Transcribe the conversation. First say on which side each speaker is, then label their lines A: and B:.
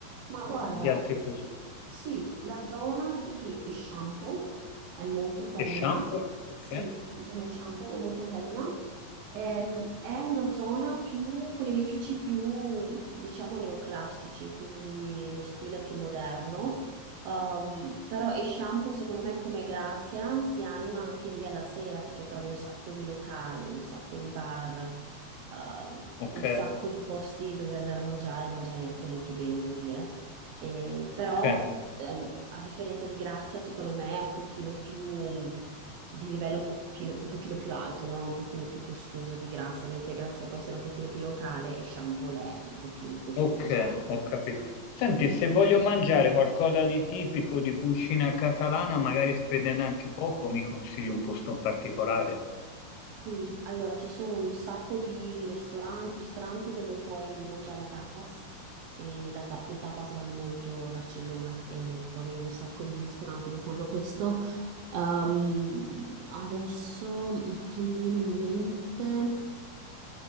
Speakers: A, on the right; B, on the left.
A: Ma
B: di,
A: guarda,
B: di altri posti?
A: sì, la zona di shampoo è molto carina,
B: Eixample? Ok,
A: sì, si chiama shampoo, è molto carina. Ehm, è una zona più, con edifici più, diciamo, neoclassici, quindi lo stile più moderno. Ehm, però e shampoo, secondo me, come Grazia, si anima anche lì alla sera perché trovi un sacco di locali, un sacco di bar, ehm,
B: ok,
A: un sacco di posti dove andare a mangiare, e mangiare anche molto bene, devo dire. Eh, però,
B: ok.
A: ehm, a differenza di Grazia, secondo me è un pochino più di livello un pochino, un pochino più alto, no? Un pochino più costoso di Grazia, mentre Grazia può essere un pochino più locale e Shampoo è un po' più costosa,
B: Ok,
A: ecco.
B: ho capito. Senti, se voglio mangiare qualcosa di tipico di cucina catalana, magari spendendo anche poco, mi consigli un posto in particolare.
A: Sì, allora ci sono un sacco di ristoran- ristoranti dove puoi mangiare tapas e la ta- le tapas vanno molto a Barcellona e trovi un sacco di ristoranti che fanno questo. Ehm, adesso no, che mi viene in mente.